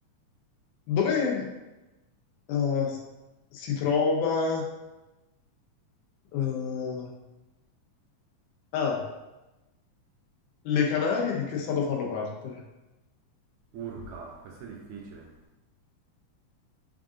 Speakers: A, on the left (about 80°); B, on the right (about 80°).
A: dove, Eh, si trova... eh, ah, le Canarie di che stato fanno parte?
B: Urca, questo è difficile.